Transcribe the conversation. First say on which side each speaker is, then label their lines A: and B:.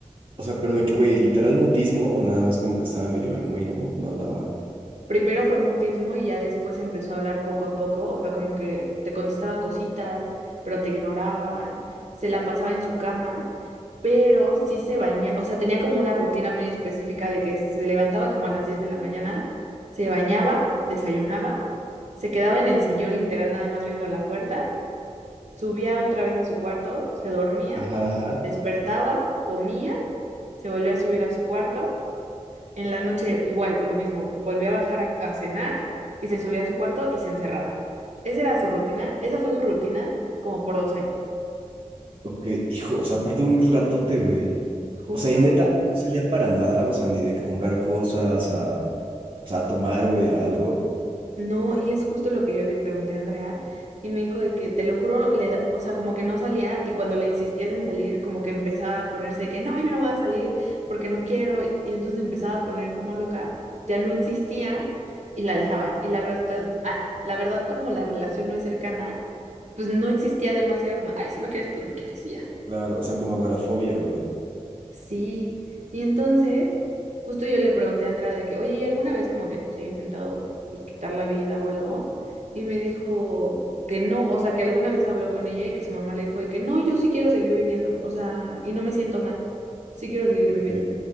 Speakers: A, on the right (about 40°); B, on the right (about 65°).
A: o sea, pero de que, güey, literal mutismo o nada más como que estaba medio emo y no, no hablaba.
B: Primero fue mutismo y ya después empezó a hablar poco a poco, o sea, como que te contestaba cositas, pero te ignoraba, se la pasaba en su cama, pero sí se bañaba, o sea, tenía como una rutina muy específica de que se levantaba como a las 10 de la mañana, se bañaba, desayunaba, se quedaba en el sillón literal nada más viendo a la puerta, subía otra vez a su cuarto, se dormía,
A: Ajá, ajá.
B: despertaba, comía, se volvía a subir a su cuarto en la noche igual, lo mismo, volvía a bajar a, a cenar y se subía a su cuarto y se encerraba. Esa era su rutina, esa fue su rutina como por dos años.
A: Ok, hijo, o sea, aparte un ratote, güey.
B: Justo.
A: O sea, y neta, no salía para nada, o sea, ni de que comprar cosas, a, o sea, a tomar, güey, a algo.
B: No, y es justo lo que yo le pregunté a Andrea y me dijo de que, te lo juro, le da- o sea, como que no salía y cuando le insistías en salir, como que empezaba a ponerse de que, no, yo no voy a salir porque no quiero y entonces empezaba a poner como loca, ya no insistían y la dejaban. Y la verdad, que- ah, la verdad como la relación no es cercana. pues no insistía de más y era como, ay, si no quieres, pues no quieres, y ya.
A: Claro, o sea, como agorafobia, güey.
B: Sí. Y entonces, justo yo le pregunté a Andrea de que, oye, ¿y alguna vez como que se ha intentado pues quitar la vida o algo? Y me dijo que no, o sea, que alguna vez habló con ella y que su mamá le dijo de que no, yo sí quiero seguir viviendo, o sea, y no me siento mal, sí quiero seguir
A: Ok,
B: viviendo.